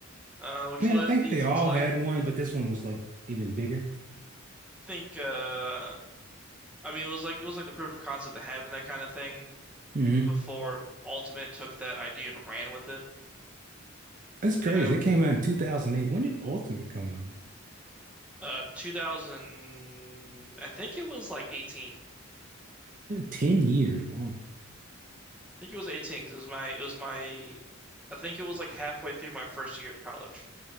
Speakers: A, in the centre; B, on the right (about 40°).
A: uh, which
B: I mean,
A: le
B: I think
A: leads
B: they all
A: into like
B: had one, but this one was like even bigger.
A: I think uh, I mean it was like it was like the proof of concept of having that kind of thing
B: hmm
A: before Ultimate took that idea and ran with it,
B: That's crazy.
A: you know?
B: It came out in 2008. When did Ultimate come out?
A: Uh, 2000, I think it was like 18.
B: Ten years. Wow.
A: I think it was 18 because it was my, it was my, I think it was like halfway through my first year of college.